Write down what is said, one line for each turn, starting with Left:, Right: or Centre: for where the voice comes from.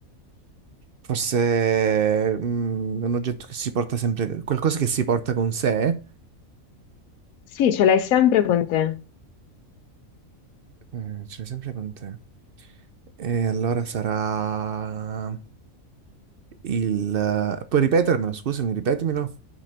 Right: Forse mm, un oggetto che si porta sempre. Qualcosa che si porta con sé.
Left: Sì, ce l'hai sempre con te.
Right: Eh, ce l'hai sempre con te. E allora sarà il... Puoi ripetermelo, scusami, ripetimelo?